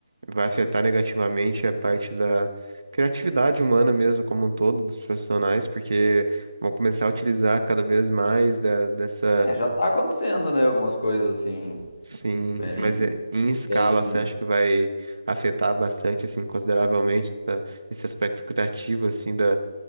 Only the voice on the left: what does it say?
é, já tá acontecendo, né, algumas coisas assim,
bem,
bem...